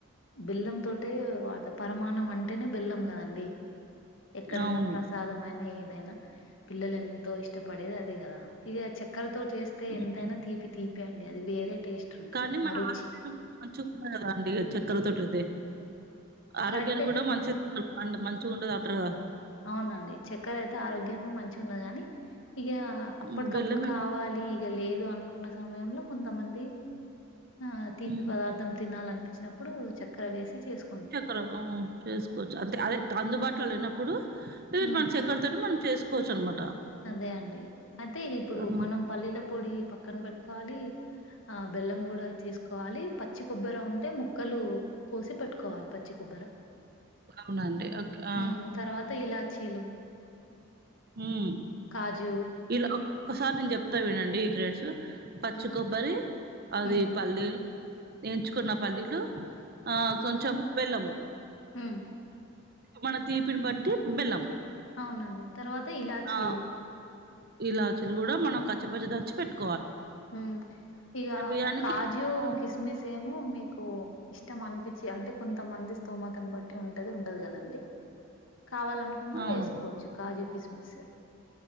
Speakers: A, on the left; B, on the right.
A: బెల్లం తోటే వాడతాం పరమాన్నం అంటేనే బెల్లం కదండి. ఎక్కడైనా
B: అవును.
A: ప్రసాదమైన ఏదైనా పిల్లలు ఎంతో ఇష్టపడేది అదే కదా ఇగ చక్కెర తోటి చేస్తే
B: హ్మ్.
A: ఎంతైనా తీపి తీపి అండి అది వేరే టేస్ట్ ఉంటది
B: కానీ మన
A: ఆ రుచి
B: ఆరోగ్యం కూడా మంచి కాదా అండి ఇగా చక్కర తోటి అయితే ఆరోగ్యానికి
A: కరెక్టే
B: కూడా మంచిది. అండ్ మంచిగా ఉండదంటరు కదా
A: అవునండి చక్కర అయితే ఆరోగ్యం మంచిగ ఉండది కాని ఇగ అప్పటికప్పుడు
B: హ్మ్. బెల్లమే
A: కావాలి ఇగ లేదు అనుకున్న సమయంలో కొంతమంది ఆ తీపి
B: హ్మ్.
A: పదార్థం తినాలనిపించినప్పుడు చక్క ర వేసి చేసు
B: చక్కర ఆమ్ చేసుకోవచ్చు అంతే అదే అందుబాటులో లేనప్పుడు
A: హ్మ్
B: ఈ మన చక్కర తోటి మనం చేసు కోవచ్చు అనమా
A: అదే అండి అయితే ఇప్పుడు
B: హ్మ్.
A: మనం పల్లీల పొడి పక్కన పెట్టుకోవాలి, ఆ బెల్లం కూడా తిసుకోవాలి, పచ్చి కొబ్బర ఉంటే ముక్కలు కోసి పెట్టుకోవాలి పచ్చి కొబ్బరా
B: అవునండి. ఓకే. ఆ!
A: హమ్ తర్వాత ఇలాచీలు
B: హమ్
A: కాజు
B: ఇలా ఒక ఒకసారి నేను చెప్తా వినండి ఈ గ్రేడ్స్ పచ్చి
A: ఆ
B: కొబ్బరి అది
A: హ్మ్
B: పల్లీలు ఎంచుకున్న పల్లీలు ఆ కొంచం బెల్లము
A: హమ్
B: మన తీపిని పట్టి బెల్లము
A: అవునండి తర్వాత ఇలాచీలు
B: ఆ! ఇలాచీలు కూడా మనం కచ్చ పచ్చి దంచి పెట్టుకో
A: హమ్ ఇగ
B: బియ్యానికి
A: కాజు
B: మనం
A: కిస్మిస్ ఏమో మీకు ఇష్టం అనిపించి అంటే కొంతమంది స్తోమతను బట్ అ ఉంటది ఉంటది కదండి కావాలనుకుంటే
B: అవును
A: వేసుకోవచ్చు కాజు కిసుమిస్